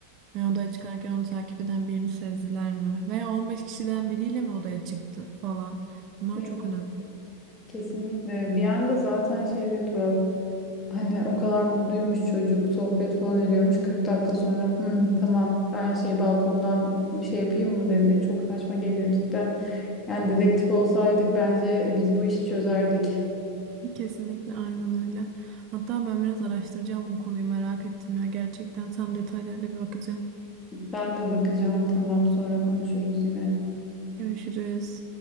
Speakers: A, on the right (about 40°); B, on the left (about 20°).
A: Veya odaya çıkarken onu takip eden birini sezdiler mi? Veya 15 kişiden biriyle mi odaya çıktı falan? Bunlar
B: Evet,
A: çok önemli.
B: kesinlikle. Bir anda zaten şey de tuhaf. Hani o kadar mutluymuş çocuk, sohbet falan ediyormuş. 40 dakika sonra "Hmm, tamam ben şey balkondan bir şey yapayım mı dedi. Çok saçma geliyor cidden. Yani dedektif olsaydık bence biz bu işi çözerdik.
A: Kesinlikle aynen öyle. Hatta ben biraz araştıracağım bu konuyu merak ettim ya. Gerçekten tam detaylarıyla bir bakacağım.
B: Ben de bakacağım. Tamam, sonra konuşuruz yine.
A: Görüşürüz.